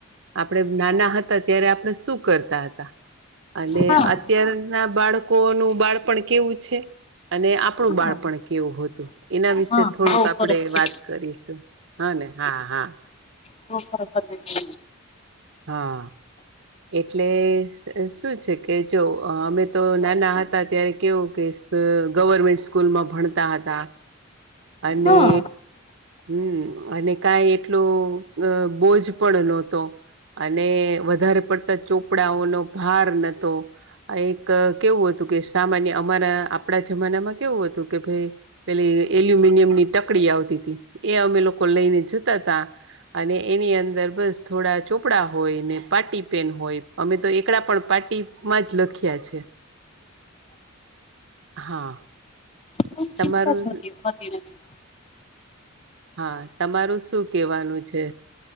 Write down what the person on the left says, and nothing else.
હા
હા
હા
બહુ
ફરક છે
સૂપર ઉપ છે.
હા
કો
ચિંતા જતી હોતી નથી.